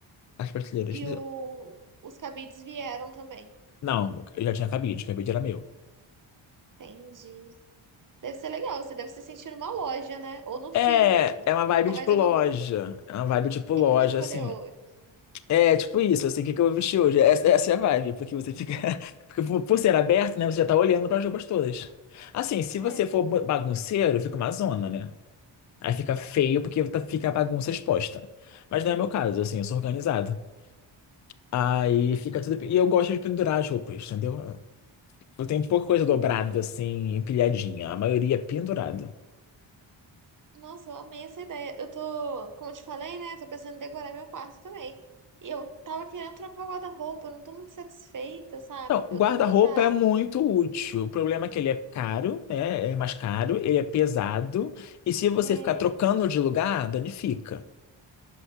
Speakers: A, on the left; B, on the right.
A: As prateleiras.
B: E o, os cabides vieram também.
A: Não, eu já tinha cabide, cabide era meu.
B: Entendi. Deve ser legal, você deve se sentir numa loja, né? Ou no filme.
A: É, é uma vibe
B: Comédia
A: tipo loja.
B: romântica.
A: É uma vibe
B: O
A: tipo loja,
B: que que eu vou escolher
A: assim.
B: hoje?
A: É tipo isso, assim, o que que eu vou vestir hoje? Essa, essa é a vibe, porque você fica. <laughs> Porque por, por ser aberto, né? Você já tá olhando para as roupas todas. Assim, se
B: É.
A: você for ba- bagunceiro, fica uma zona, né? Aí fica feio porque tá- fica a bagunça exposta. Mas não é meu caso, assim, eu sou organizado. Aí fica tudo. E eu gosto de pendurar as roupas, entendeu? Eu tenho pouca coisa dobrada, assim, empilhadinha. A maioria é pendurada.
B: Nossa, eu amei essa ideia. Eu tô, como eu te falei, né? Tô pensando em decorar meu quarto também. E eu tava querendo trocar o guarda-roupa, eu não tô muito satisfeita, sabe?
A: Então,
B: O meu
A: o guarda-roupa
B: também tá.
A: é muito útil. O problema é que ele é caro, né? É mais caro, ele é pesado. E se você
B: é,
A: ficar trocando de lugar, danifica.